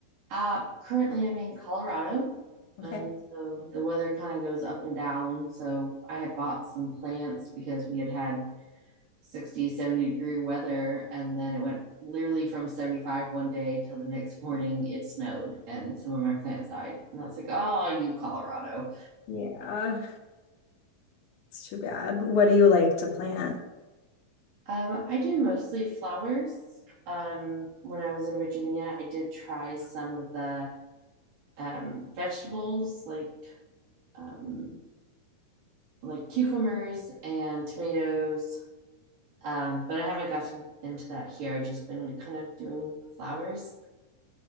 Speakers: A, on the right; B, on the left.
A: Uh, currently I'm in Colorado,
B: Okay.
A: and so the weather kind of goes up and down. So I had bought some plants because we had had 60, 70 degree weather. And then it went literally from 75 one day till the next morning it snowed and some of my plants died. And I was like, oh, you Colorado.
B: Yeah, it's too bad. What do you like to plant?
A: Um, I do mostly flowers. Um, when I was in Virginia, I did try some of the um, vegetables like um, like cucumbers and tomatoes. Um, but I haven't gotten into that here. I've just been kind of doing flowers.